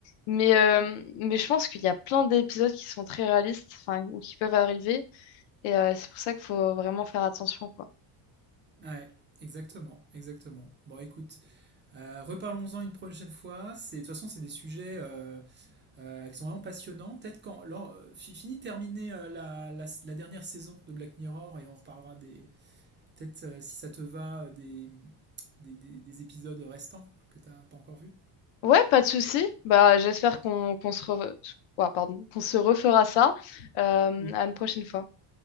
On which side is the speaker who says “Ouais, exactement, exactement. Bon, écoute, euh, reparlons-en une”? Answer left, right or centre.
Right